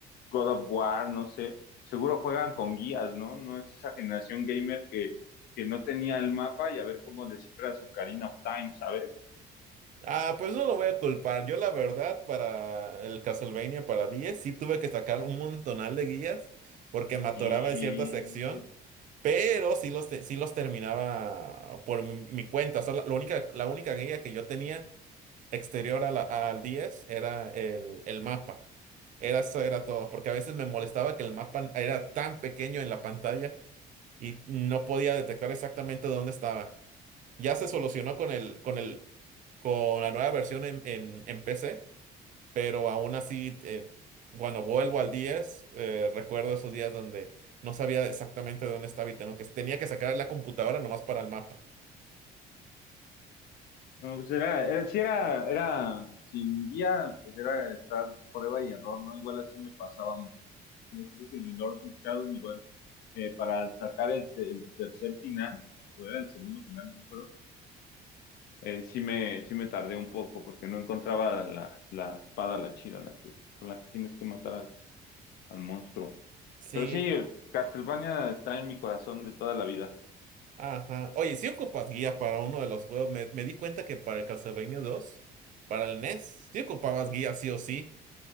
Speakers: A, on the left; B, on the right.
A: God of War, no sé, seguro juegan con guías, ¿no? No es esa generación gamer que, que no tenía el mapa y a ver cómo descifras Ocarina of Time, ¿sabes?
B: Ah, pues no lo voy a culpar. Yo la verdad para el Castlevania para 10 sí tuve que sacar un montonal de guías porque me atoraba
A: Y
B: en cierta sección, pero sí los, te- sí los terminaba por mi, mi cuenta. Solo- la única, la única guía que yo tenía exterior a la- al 10 era el, el mapa. Era, eso era todo, porque a veces me molestaba que el mapa era tan pequeño en la pantalla y no podía detectar exactamente dónde estaba. Ya se solucionó con el, con el con la nueva versión en, en, en PC, pero aún así, eh, cuando vuelvo al 10, eh, recuerdo esos días donde no sabía exactamente dónde estaba y tengo que, tenía que sacar la computadora nomás para el mapa.
A: No, pues era, era, sí era, era, sin guía, pues era estar prueba y error, ¿no? Igual así me pasaba mucho. Yo creo que en el Lords of Shadow, igual, eh, para sacar el, te- el tercer final, o era el segundo final, no me acuerdo, eh, sí me, sí me tardé un poco porque no encontraba la, la espada, la chila, la que, con la que tienes que matar al, al monstruo.
B: Sí,
A: Pero sí, Castlevania está en mi corazón de toda la vida.
B: ajá. Oye, si ocupas guía para uno de los juegos, me, me di cuenta que para el Castlevania 2 para el NES, sí ocupabas guía sí o sí.